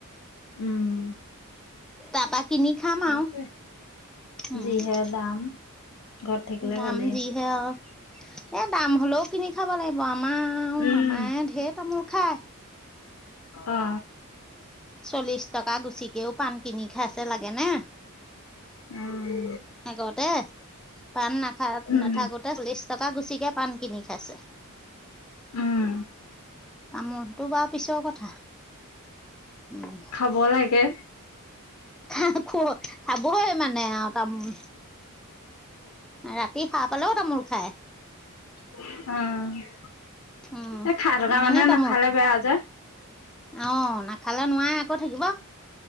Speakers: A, on the left; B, in the centre.
A: উম
B: তাৰাপা কিনি খাম
A: সেইটোৱে
B: আৱ উম!
A: যিহে দাম ঘৰত থাকিলে
B: দাম
A: ভালেই
B: যিহে আৰু এ দাম হ'লেও কিনি খাব লাগিব আ মামা আৰু
A: উম
B: মামায়ে ঢেৰ তামোল খায়
A: অ
B: চল্লিশ টকা গুচিকেও পাণ কিনি খাইছে লাগে নে
A: অহ
B: আগতে পাণ নাখা
A: উম
B: নাথাকোতে বিছ টকা গুচিকে পাণ কিনি খাইছে
A: উম
B: আমৰটো বাৰু পিছৰ কথা উম,
A: খাব লাগে
B: খা খ খাবই মানে আৰু তামোল ৰাতি সাৰ পালেও তামোল খায়
A: উম
B: উম,
A: এই খাই থকা
B: ইমানেই
A: মানুহে
B: তামোল
A: নাখালে বেয়া যে
B: অ নাখালে নোৱাই আকৌ থাকিব